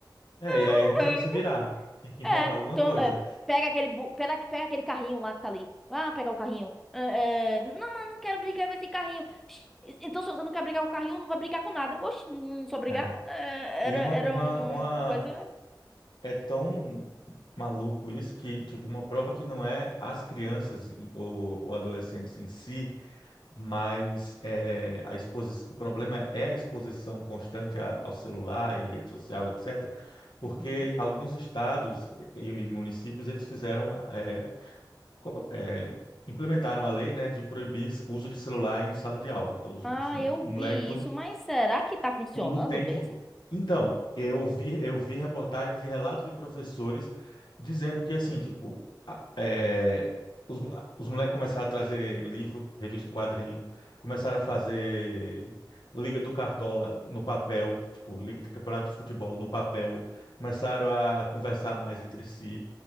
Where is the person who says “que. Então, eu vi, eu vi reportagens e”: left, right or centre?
Left